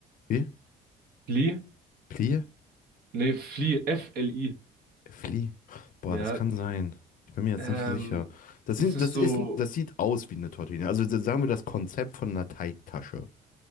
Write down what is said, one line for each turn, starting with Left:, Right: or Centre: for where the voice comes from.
Left: wie?
Right: Fli?
Left: Plie?
Right: Nee, Fli, F-L-I.
Left: Flie? Boah,
Right: Ja,
Left: das kann sein. Ich bin mir jetzt
Right: ähm,
Left: nicht sicher. Das
Right: das
Left: sind,
Right: ist
Left: das
Right: so,
Left: ist, das sieht aus wie eine Tortellini. Also da- sagen wir das Konzept von einer Teigtasche.